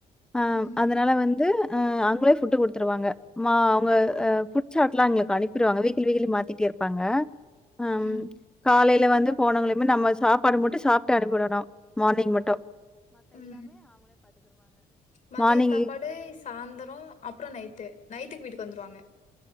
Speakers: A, in the centre; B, on the left.
A: ஆஹ்
B: ம்
A: அதனால வந்து அஹ் அவுங்களே ஃபுட்டு குடுத்துருவாங்க மா அவங்க ஃபுட் சாட்லா எங்களுக்கு அனுப்பிடுவாங்க வீக்லி வீக்லி மாத்திட்டே இருப்பாங்க அம்
B: ம்
A: காலையில வந்து போனவங்களையுமே நம்ம சாப்பாடு மட்டு சாப்பிட்டு அனுப்பிடனு மார்னிங் மட்டு
B: உம் மதிய
A: மார்னிங்
B: சாப்பாடு சாந்தரோ அப்புறோ நைட்டு நைட்டுக்கு வீட்டுக்கு வந்துருவாங்க.